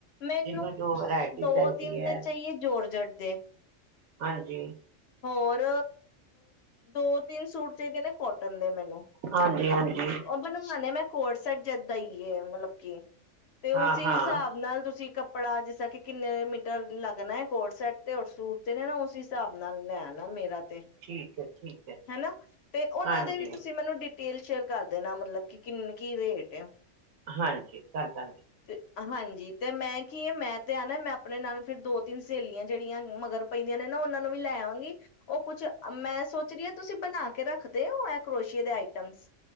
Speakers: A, on the left; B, on the right.
A: ਮੈਨੂੰ
B: ਜਿਹਨੂੰ
A: ਨਾ
B: ਜੋ ਵਰਾਇਟੀ
A: ਦੋ
B: ਚਾਹੀਦੀ
A: ਤਿੰਨ
B: ਹੈ
A: ਤੇ ਚਾਹੀਏ ਜੋਰਜਟ ਦੇ।
B: ਹਾਂਜੀ।
A: ਹੋਰ ਦੋ ਤਿੰਨ ਸੂਟ ਚਾਹੀਦੇ ਨੇ। ਕੋਟਨ ਦੇ ਮੈਨੂੰ,
B: ਹਾਂਜੀ ਹਾਂਜੀ
A: ਉਹ ਬਣਵਾਣੇ ਮੈਂ ਕੋਡਸੈਟ ਜਿਦਾਂ ਹੀ ਏ, ਮਤਲਬ। ਕੀ? ਤੇ ਉਸ
B: ਹਾਂ
A: ਹਿਸਾਬ
B: ਹਾਂ
A: ਨਾਲ ਤੁਸੀਂ ਕੱ ਕੱਪੜਾ ਜਿਸ ਤਰਾਂ ਕਿ, ਕਿੰਨੇ ਮੀਟਰ ਲੱਗਣਾ ਹੈ ਕੋਟਸੈਟ ਤੇ? ਔਰ ਸੂਟ ਤੇ ਨਾ, ਉਸ ਹਿਸਾਬ। ਨਾਲ ਲੈ ਆਨਾ, ਮੇਰਾ ਤੇ
B: ਠੀਕ ਹੈ ਠੀਕ
A: ਹੈ ਨਾ, ਤੇ ਉਹਨਾਂ
B: ਹਾਂਜੀ
A: ਦੇ ਵੀ ਤੁਸੀਂ ਮੈਨੂੰ ਡੀ ਟੇਲ ਸ਼ੇਅਰ ਕਰ ਦੇਣਾ, ਮਤਲਬ ਕਿੰਨੇ-ਕੀ ਰੇਟ ਏ?
B: ਹਾਂਜੀ ਕਰ ਦਾਂਗੇ
A: ਤੇ ਹਾਂਜੀ, ਤੇ ਮੈਂ ਕੀ ਏ ਮੈਂ ਤੇ ਆਨਾ, ਮੈਂ ਆਪਣੇ ਨਾਲ ਫਿਰ ਦੋ-ਤਿੰਨ ਸਹੇਲੀਆਂ, ਜਿਹੜੀਆਂ ਮਗਰ ਪੈਂਦੀਆਂ ਨੇ ਨਾ, ਉਹਨਾਂ ਨੂੰ ਵੀ ਲੈ ਆਵਾਂਗੀ। ਉਹ ਕੁਝ ਮੈਂ ਸੋਚ ਰਹੀ ਹਾਂ - ਤੁਸੀਂ ਬਣਾ ਕੇ ਰੱਖਦੇ ਹੋ, ਹੈ ਕਰੋਸ਼ੀਏ ਦੇ ਆਈਟਮਸ?